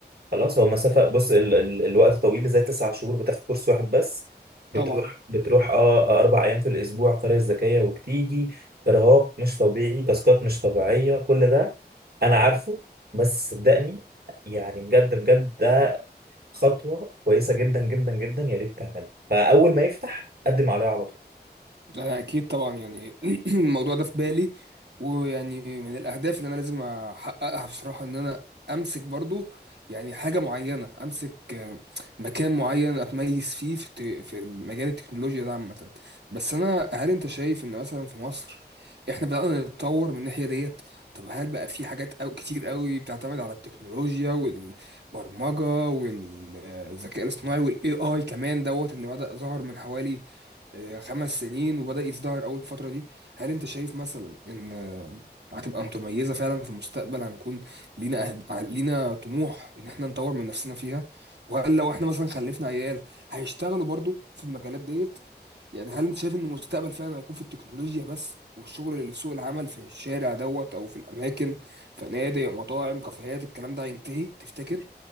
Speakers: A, on the right; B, on the right.
A: خلاص هو مسافة بص ال ال الوقت طويل زي تسع شهور بتاخد كورس واحد بس بتروح
B: طبعا
A: بتروح اه أربع أيام في الأسبوع قرية ذكية وبتيجي إرهاق مش طبيعي تاسكات مش طبيعية كل ده أنا عارفه بس صدقني يعني بجد بجد ده خطوة كويسة جدا جدا جدا يا ريت تعملها فأول ما يفتح قدم عليها على طول
B: أنا أكيد طبعا يعني <clears throat> الموضوع ده في بالي ويعني من الأهداف اللي أنا لازم أحققها بصراحة إن أنا أمسك برضو يعني حاجة معينة أمسك آه، مكان معين أتميز فيه في الت- في مجال التكنولوجيا ده عامة بس أنا هل أنت شايف إن مثلا في مصر إحنا بدأنا نتطور من الناحية ديت طب هل بقى في حاجات أو كتير قوي بتعتمد على التكنولوجيا والبرمجة والذكاء الاصطناعي والاي اي كمان دوت اللي بدأ ظهر من حوالي آه، خمس سنين وبدأ يزدهر أول فترة دي هل أنت شايف مثلا إن آه، هتبقى متميزة فعلا في المستقبل هنكون لينا أهد... ع- لينا طموح إن إحنا نطور من نفسنا فيها وهل لو إحنا مثلا خلفنا عيال هيشتغلوا برضو في المجالات ديت يعني هل أنت شايف إن المستقبل فعلا هيكون في التكنولوجيا بس والشغل اللي في سوق العمل في الشارع دوت أو في الأماكن فنادق مطاعم كافيهات الكلام ده هينتهي تفتكر؟